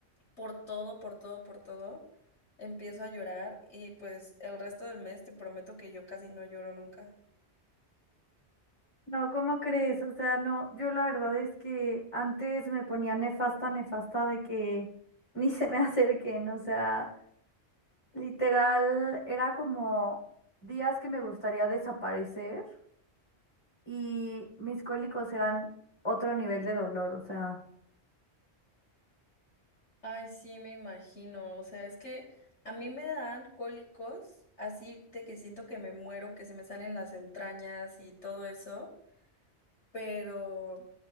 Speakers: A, on the left; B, on the left.
A: por todo, por todo, por todo, empiezo a llorar y pues el resto del mes te prometo que yo casi no lloro nunca.
B: No, ¿cómo crees? O sea, no, yo la verdad es que antes me ponía nefasta, nefasta de que <laughs> ni se me acerquen, o sea. Literal, era como días que me gustaría desaparecer y mis cólicos eran otro nivel de dolor, o sea,
A: Ay, sí, me imagino. O sea, es que a mí me dan cólicos, así de que siento que me muero, que se me salen las entrañas y todo eso. pero,